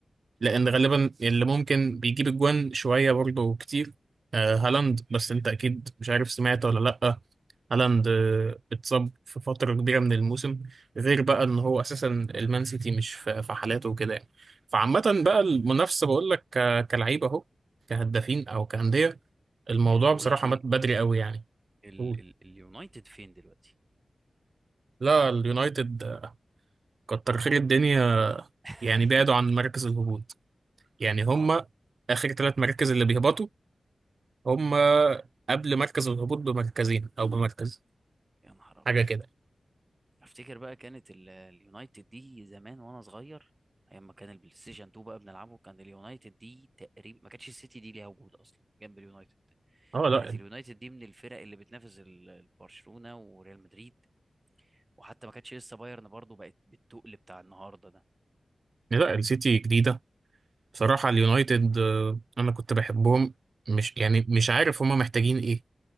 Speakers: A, on the right; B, on the right.
A: لان غالبا اللي ممكن بيجيب اجوان شويه برضه كتير آه، هالاند بس انت اكيد مش عارف سمعت ولا لا هالاند آه، اتصاب في فترة كبيرة من الموسم غير بقى ان هو اساسا المان سيتي مش في في حالاته وكده يعني فعامة
B: امم
A: بقى المنافسة بقول لك ك- كلعيبة اهو كهدافين او كأندية الموضوع
B: بقول
A: بصراحة
B: لك ايه
A: مات بدري قوي يعني
B: ال-
A: قول.
B: ال- اليونايتد فين دلوقتي
A: لا اليونايتد آه، كتر خير الدنيا
B: <laughs>
A: يعني بعدوا عن مركز الهبوط يعني هما
B: اه
A: اخر ثلاث مراكز اللي بيهبطوا هما قبل مركز الهبوط بمركزين او بمركز
B: يا نهار ابيض
A: حاجة كده
B: افتكر بقى كانت ال- اليونايتد دي زمان وانا صغير ايام ما كان البلاي ستيشن 2 بقى بنلعبه كان اليونايتد دي تقريبا ما كانتش السيتي دي ليها وجود اصلا جنب اليونايتد
A: اه لا
B: كانت اليونايتد دي من الفرق اللي بتنافس ال- ال- برشلونة وريال مدريد وحتى ما كانتش لسه بايرن برضو بقت بالتقل بتاع النهارده ده
A: لا السيتي جديدة بصراحة اليونايتد آه، أنا كنت بحبهم مش يعني مش عارف هما محتاجين إيه